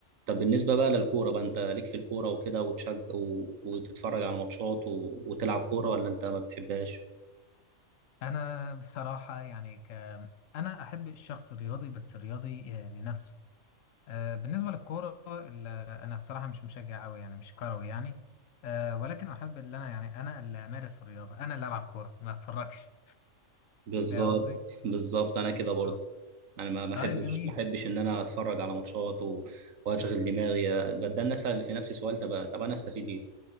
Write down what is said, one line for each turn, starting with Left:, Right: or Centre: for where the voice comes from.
Right: طب بالنسبة بقى للكورة بقى انت ليك في الكورة وكده وتشجع و... وتتفرج على ماتشات و... وتلعب كورة ولا انت ما بتحبهاش؟
Left: أنا بصراحة يعني ك... أنا أحب الشخص الرياضي بس الرياضي آه، لنفسه آه، بالنسبة للكورة ال- أنا الصراحة مش مشجع أوي يعني مش كروي يعني آه، ولكن أحب إن أنا يعني أنا اللي أمارس الرياضة أنا اللي ألعب كورة ما أتفرجش
Right: بالظبط
Left: فاهم قصدي؟
Right: بالظبط انا كده برضو
Left: آه.
Right: انا ما ما
Left: طيب
Right: احبش
Left: جميل
Right: ما احبش ان انا اتفرج على ماتشات و... واشغل دماغي بتدنى اسال في نفسي سؤال طب طب انا استفيد ايه